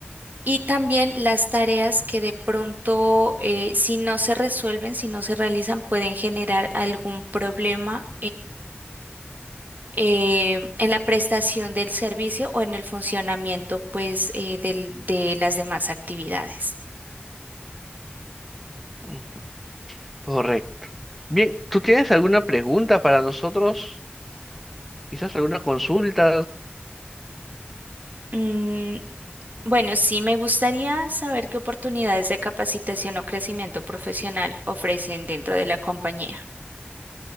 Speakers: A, on the right (about 45°); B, in the centre.
A: Y también las tareas que de pronto, eh, si no se resuelven, si no se realizan, pueden generar algún problema eh, en la prestación del servicio o en el funcionamiento, pues, eh, del- de las demás actividades.
B: Mm, Correcto. Bien, ¿tú tienes alguna pregunta para nosotros? Quizás alguna consulta.
A: Mm, bueno, sí me gustaría saber qué oportunidades de capacitación o crecimiento profesional ofrecen dentro de la compañía.